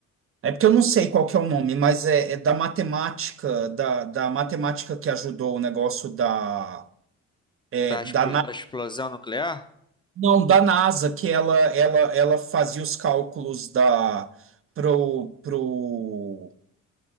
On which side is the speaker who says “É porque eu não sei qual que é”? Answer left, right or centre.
Right